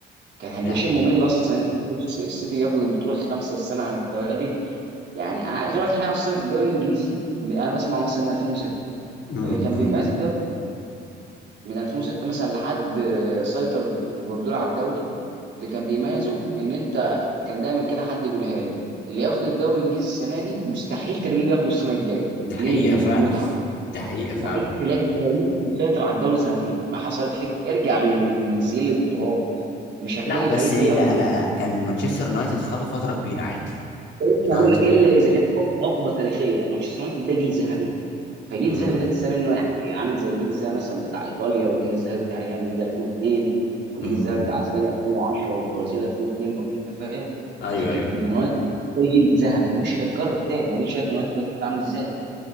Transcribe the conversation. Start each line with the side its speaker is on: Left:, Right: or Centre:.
Right: كان هيبقى
Left: ده حقيقة
Right: شيء ممل اصلا إن السيتي ياخد البطوله الخامسه السنه على التوالي يعني انا عايز اقول لك حاجه اصلا الدوري الانجليزي انا بسمعه مثلا من 2006
Left: امم
Right: اللي كان
Left: امم
Right: بيميز الدوري من 2006 مثلا لحد آه، سيطر جوارديولا على الدوري اللي كان بيميزه ان انت كان دايما كده حد يقولها لي اللي ياخد الدوري الانجليزي السنه دي مستحيل تلاقيه بياخده السنه الجايه
Left: ده
Right: ليه
Left: حقيقة
Right: من
Left: فعلا
Right: المتعه
Left: ده حقيقة
Right: مستحيل
Left: فعلا
Right: تلاقي فريق بيسيطر على الدوري سنتين ما حصلت لك ارجع لسجل البطولات مش هتلاقي
Left: لا بس
Right: فريق
Left: لا
Right: بياخد
Left: لا لا كان مانشستر يونايتد خدوا فترة كبيرة عادي
Right: فريق
Left: يونايتد
Right: هقول لك الا اذا كان حقبه تاريخيه مانشستر يونايتد ده جيل ذهبي فجيل
Left: امم
Right: الذهبي ده تستنى منه يعني عامل زي الجيل الذهبي مثلا بتاع ايطاليا والجيل الذهبي بتاع ريال مدريد 2002 والجيل
Left: امم
Right: الذهبي
Left: أمم.
Right: بتاع اسبانيا 2010 والبرازيل 2002 بق- انت فاهم
Left: ايوه
Right: ففكره
Left: ايوه
Right: ان اليونايتد
Left: فاهم.
Right: ده جيل ذهبي مش هيتكرر تاني واديك شايف اليونايتد ده كنت عامل ازاي